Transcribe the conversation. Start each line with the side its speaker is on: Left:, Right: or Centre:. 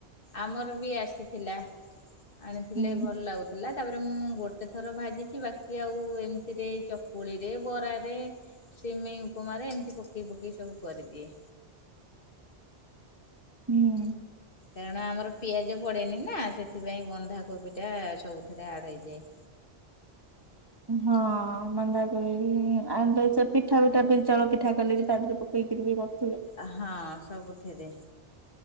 Left: ଆମର ବି ଆସିଥିଲା। ଆଣିଥିଲେ
Right: ହୁଁ
Left: ଭଲ ଲାଗୁଥିଲା। ତାପରେ ମୁଁ ଗୋଟେ ଥର ଭାଜିଛି ବାକି ଆଉ ଏମିତିରେ ଚକୁଳିରେ ବରାରେ ସିମେଇ ଉପମାରେ ଏମିତି ପକେଇ ପକେଇ ସବୁ କରିଦିଏ।
Right: <inaudible> ହୁଁ।
Left: କାରଣ ଆମର ପିଆଜ ପଡେନି ନା ସେଥିପାଇଁ ବନ୍ଧାକୋବି ଟା ସବୁଥିରେ ଆଡ ହେଇଯାଏ।
Right: <inaudible> ହଁ ବନ୍ଧାକୋବି ଆ ପିଠା ପିଠା ବିରି ଚାଉଳ ପିଠା କଲେ ବି ତା ଦେହରେ ପକେଇ <unintelligible>
Left: ଆ ହଁ ସବୁଥିରେ।